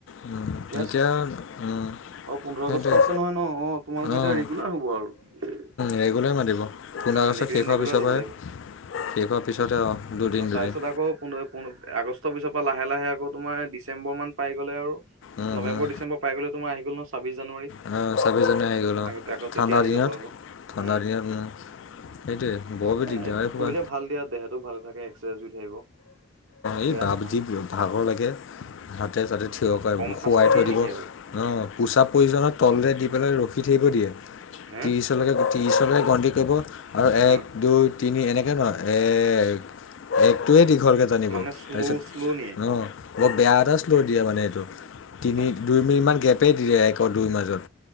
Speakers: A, on the left; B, on the right.
A: উম,
B: ঠিকে আছে।
A: এতিয়া উম,
B: অ' পোন্ধৰ
A: সেইটোৱে
B: আগষ্ট আছে নহয় ন অ' তোমালোকৰ
A: অ'।
B: এতিয়া ৰেগুলাৰ হব আৰু।
A: ৰেগুলাৰ মাতিব পোন্ধৰ
B: উম
A: আগষ্ট
B: এইকেইদিন
A: শেষ হোৱাৰ
B: ৰেগুলাৰ
A: পিছৰ
B: যাব
A: পৰাহেই
B: লাগিব।
A: শেষ হোৱাৰ পিছতে আৰু দুদিন
B: অ তাৰপিছত
A: দুদিন।
B: আকৌ পু আগষ্টৰ পিছৰ পৰা লাহে লাহে আকৌ তোমাৰ ডিচেম্বৰ মান পাই গ'লে আৰু
A: উম
B: নৱেম্বৰ
A: উম
B: ডচেম্বৰ পাই গ'লে তোমাৰ আহি গল ন ছাব্বিছ জানুৱাৰী।
A: অ' ছাবিছ জানুৱাৰী আহি গ'ল
B: আগতে আকৌ তেতিয়া
A: ঠাণ্ডাৰ
B: আহি
A: দিনত
B: যাব আকৌ
A: ঠাণ্ডাৰ
B: উম।
A: দিনত সেইটোৱে বৰ
B: একো
A: বৰ
B: নাই
A: দিগদাৰ এই সোপা
B: কৰিলে ভাল দিয়া দেহাতটো ভালে থাকে, এক্সাৰচাইজ থাকিব।
A: এই
B: বেয়া নহয়।
A: যি ভাগৰ লাগে হাতে চাতে থিয় কৰা
B: কম
A: শুৱাই
B: শাস্তি
A: থৈ
B: দিয়ে
A: দিব।
B: নেকি আৰু
A: অ' পোচাপ প্ৰয়োজনত তলৰে দি পেলাই ৰখি থাকিব দিয়ে,
B: হে
A: ত্ৰিছ <unintelligible>
B: অ
A: এক দুই তিনি এনেকে নহয় এক একটোৱে দীঘলকৈ নাজানিব
B: মানে শ্ল'
A: তাৰপিছত
B: শ্ল' নিয়ে।
A: ন অলপ বেয়া এটা শ্ল' দিয়ে মানে এইটো তিনি
B: বাহ
A: দুই মিনিটমান গেপেই দিয়ে একৌ দুই মাজত।